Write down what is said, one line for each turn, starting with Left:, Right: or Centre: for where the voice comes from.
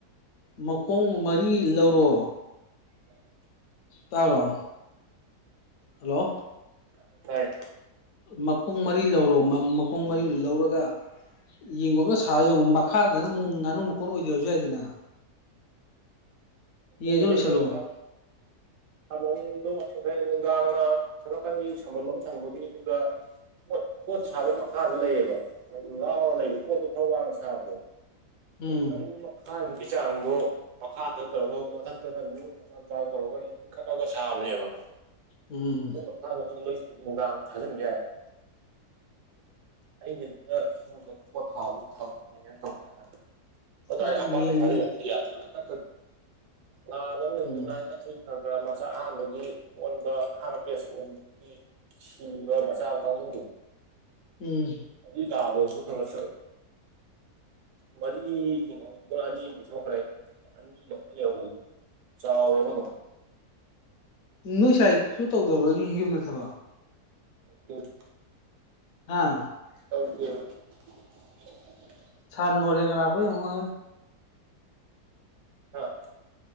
Left: ꯃꯈꯣꯡ ꯃꯔꯤ ꯂꯧꯔꯣ
Right: ꯃꯔꯝ
Left: ꯇꯥꯎꯔꯕꯣ ꯍꯜꯂꯣ
Right: ꯇꯥꯏ ꯇꯥꯏꯌꯦ
Left: ꯃꯈꯣꯡ ꯃꯔꯤ ꯂꯧꯔꯣ ꯃꯈꯣꯡ ꯃꯔꯤ ꯂꯧꯔꯒ ꯌꯦꯡꯒꯣꯝꯒ ꯁꯥꯔ ꯌꯦꯡꯉꯣ ꯃꯈꯥꯗꯅ ꯑꯃꯨꯛ ꯉꯥꯅꯨ ꯃꯀꯣꯟ ꯑꯣꯏꯖꯔꯁꯨ ꯌꯥꯏꯗꯅ ꯌꯦꯟꯁꯨ ꯂꯣꯏꯁꯤꯜꯂꯣ
Right: ꯌꯦꯡꯣ ꯁꯥ ꯑꯗ ꯐꯅꯨꯡꯗ ꯅ ꯁꯝꯅꯥꯀꯟꯒꯤ ꯁꯝꯕꯜ ꯂꯣꯝ ꯊꯪꯕꯒꯤꯗꯨꯗ ꯄꯣꯠ ꯄꯣꯠ ꯁꯥꯕꯒꯤ ꯃꯈꯥꯗ ꯂꯩꯌꯦꯕ ꯑꯗꯨ ꯉꯥꯎꯔ ꯂꯩꯕ ꯄꯣꯠꯇꯣ ꯈꯔ ꯋꯥꯡꯅ ꯁꯥꯕꯗꯣ
Left: ꯎꯝ
Right: ꯐꯨꯠ ꯑꯅꯤ ꯃꯈꯥꯏꯃꯨꯛ ꯒꯤ ꯆꯥꯡꯗꯣ ꯃꯈꯥꯗ ꯇꯧꯔꯒ ꯃꯊꯛꯇꯅ ꯂꯣꯏ ꯃꯆꯥ ꯃꯆꯥ ꯇꯧꯔꯒ ꯈꯠꯂꯒ ꯁꯥꯕꯅꯦꯕ
Left: ꯎꯝ
Right: ꯑꯗꯨ ꯃꯒꯥꯝ ꯊꯖ ꯌꯥ ꯌꯥꯅꯨ ꯑꯩꯒꯤꯗꯨꯅ ꯁꯨꯝ ꯀꯩꯅꯣ ꯄꯣꯊꯥꯗꯨ ꯊꯃꯅꯤ ꯀꯩꯅ ꯇꯧꯕꯅꯤꯅ ꯑꯗꯨꯇꯥꯔꯗꯤ
Left: ꯎꯝ
Right: ꯍꯄꯥꯗꯣ
Left: ꯌꯦꯟ
Right: ꯐꯥꯖꯤꯜꯂꯛꯑꯗꯤ ꯌꯥꯗ꯭ ꯅ ꯂꯥꯕ ꯑꯃ ꯂꯩꯕꯗꯨꯅ
Left: ꯎꯝ
Right: ꯑꯗꯨꯒ ꯃꯆꯥ ꯑꯍꯥꯟꯕꯒꯤ ꯑꯣꯟꯕ ꯑꯍꯥꯟꯕ ꯕꯦꯁ ꯑꯣꯟꯕꯗꯨꯒꯤ ꯁꯤ ꯃꯁꯥꯎ ꯀꯥꯎꯗ
Left: ꯎꯝ
Right: ꯀ ꯂꯕꯗꯦ ꯁ ꯃꯔꯤ ꯍꯤꯡꯍꯧꯕꯗꯅ ꯑꯅꯤ ꯑꯃ ꯄꯤꯊꯣꯛꯈ꯭ꯔꯦ ꯑꯩꯅ ꯑꯅꯤ ꯃꯉꯣꯟ ꯂꯩꯍꯧꯕꯗꯣ ꯆꯥꯎꯋꯦꯕ ꯑꯗꯨꯝ
Left: ꯅꯣꯏꯁꯥꯏ ꯀꯩꯁꯨ ꯇꯧꯗꯔꯣꯏ ꯌꯨꯝꯗ ꯊꯕꯛ
Right: ꯇ ꯎꯗ
Left: ꯑꯥ
Right: ꯇꯧꯗꯦ
Left: ꯁꯥꯟ ꯅꯔꯤꯦꯡꯒ ꯂꯈꯣꯏ ꯌꯦꯡꯉ
Right: ꯑꯥ